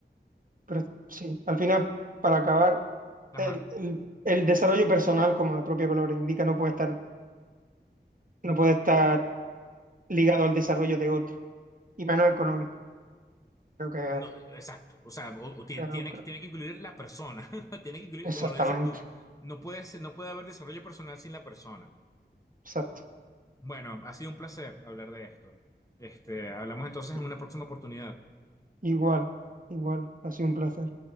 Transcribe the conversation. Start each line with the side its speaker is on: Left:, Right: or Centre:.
Right: pero sí, al final, para acabar,
Left: Ajá.
Right: el, el- el desarrollo personal, como la propia palabra indica, no puede estar, no puede estar ligado al desarrollo de otro, y menos económico, creo que,
Left: No, exacto. O sea, o- o tiene,
Right: creo-
Left: tiene
Right: creo-
Left: que, tiene que incluir la persona. <laughs> Tiene que incluir,
Right: exactamente,
Left: como lo dices tú, no puede ser- no puede haber desarrollo personal sin la persona.
Right: exacto,
Left: Bueno, ha sido un placer hablar de esto. Este, hablamos entonces en
Right: I-
Left: una próxima oportunidad.
Right: igual, igual, ha sido un placer.